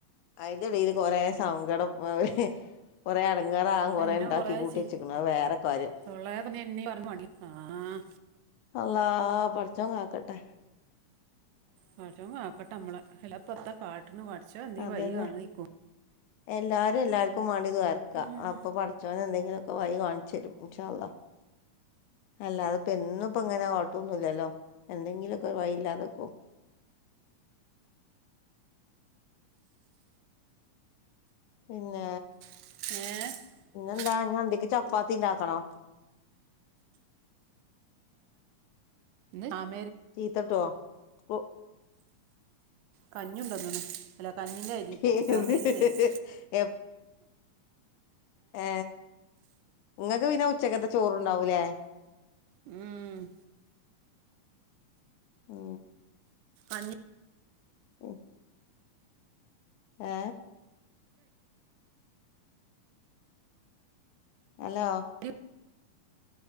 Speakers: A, on the left; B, on the right.
A: അതിന്റെടയിൽ, കൊറേ, സങ്കടം, പ, കൊറെ, അ ങ്ങളെ, ആഹ്,
B: പിന്നെ
A: കൊറേഉണ്ടാക്കി
B: കൊറേ
A: കൂട്ടി
B: ചി
A: വച്ചക്കണ വേറെ കാര്യം
B: തൊള്ളേന്ന് എന്നെ പറഞ്ഞ് മടി ആഹ്
A: അള്ളാഹ്, പടച്ചോൻകാക്കട്ടെ
B: പച്ചോൻ, കാക്കട്ടമ്മളെ, അല്ലാപ്പെത്താക്കാട്ട്ണ്, പടച്ചോൻ, ന്ധെങ്കിവയ്യ്,
A: അതന്നെ
B: കാട്ടുഏയ്‌ക്കും
A: എല്ലാരും, എല്ലാർക്കും, വാണ്ടി, ദോയർക്ക,
B: ഉം
A: അപ്പൊ, പടച്ചോനെന്തേങ്കി വൈ, കാണിച്ചരും, ഇൻ, ഷാള്ളാഹ്, അല്ലാതെപ്പെന്നും ഇപ്പ, ങ്ങനെ കുഴട്ടൊന്നുല്ലല്ലോ, എന്തെങ്കിലുക്കെ, വയി, ഇല്ലാതക്കോ <inaudible> പിന്നെ
B: ഏ
A: എ ന്താ അന്തിക്കു ചാപ്പാത്തിണ്ടാക്കണോ?
B: മം..
A: ചീത്തട്ടോ കൊ
B: കഞ്ഞുണ്ടോന്ന. അല്ല കഞ്ഞിന്റെ അരി
A: ഏത്
B: ചാമേരിന്റെ അരി
A: എപ്- ഏ ങ്ങക്ക് പിന്നെ ഉച്ചക്കത്തെ ചോറുണ്ടാവൂലേ.
B: ഉം
A: മ്
B: അതെ.
A: ഓ ഏ ഹലോ?
B: അരി